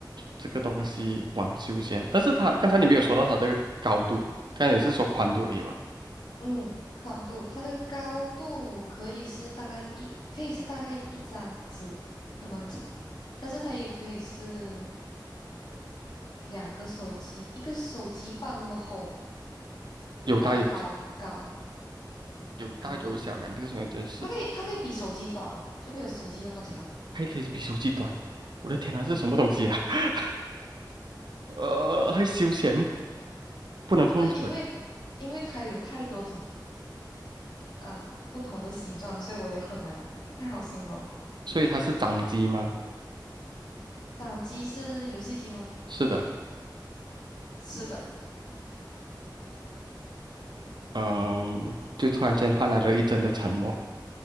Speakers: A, on the right; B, on the left.
A: 这个东西网休闲，但是它刚才你没有说到它这个高度，刚才你是说宽度而已嘛，
B: 嗯，宽度，它的高度可以是大概一，可以是大概一张纸那么长，但是它也可以是两个手机，一个手机棒那么厚吧，
A: 有大有小，
B: 呃，高高
A: 有大有小，
B: 高，
A: 两个小空间是
B: 它可以它可以比手机短，就没有手机那么长。
A: 还可以比手机短，我的天呐，
B: 嗯，
A: 这是什么东西啊？<laughs> 呃，还休闲，不能碰水，
B: 是因为因为它有太多种呃不同的形状，所以我也很难不太好形容。
A: 所以它是掌机吗？
B: 掌机是游戏机吗？
A: 是的，
B: 是的，
A: 嗯，就突然间换来了一阵的沉默。